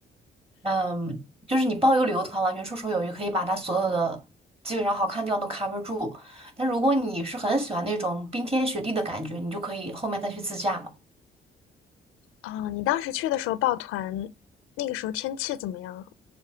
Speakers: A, on the right (about 30°); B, on the left (about 80°).
A: 嗯，就是你报一个旅游团，完全绰绰有余，可以把它所有的基本上好看的地方都 cover 住。但如果你是很喜欢那种冰天雪地的感觉，你就可以后面再去自驾嘛。
B: 哦，你当时去的时候抱团，那个时候天气怎么样啊